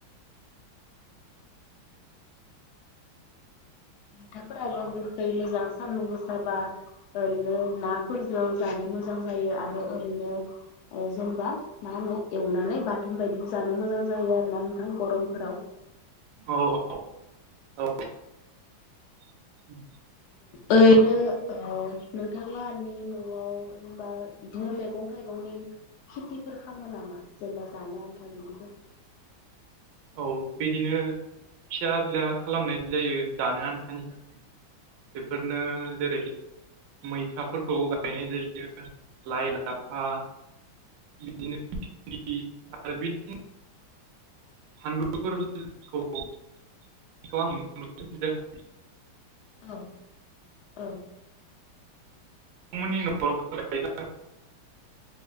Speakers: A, on the left; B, on the right.
A: मैथाफोराबो गोखै मोजां सानदुं गोसा बा ओरैनो नाफोरजों जानो मोजां जायो आरो ओरैनो ओ जेनेबा मा होनो एवनानै बाथोन बायदिबो जानो मोजां जायो आरो ना नोंथां गरमफोराव।
B: औ औ औ <inaudible>
A: ओरैबो ओ नोंथां <inaudible> न'आव जेनेबा बिदिनो मैगं थाइगंनि खेथिफोर खालामो नामा जेनेबा जानो आन्था बिदिफोर?
B: औ बिदिनो फिसा बिला खालामनाय जायो जानो आन्थानि थाखाय बेफोरनो जेरै मैथाफोरखौ गायनाय जायो लाइ लाफा बिदिनो आरो बिदिनो फानलुफोरखौ आं नुनो मोनो‌ जोंहा
A: औ औ
B: बिथांमोननि न'खर <unintelligible>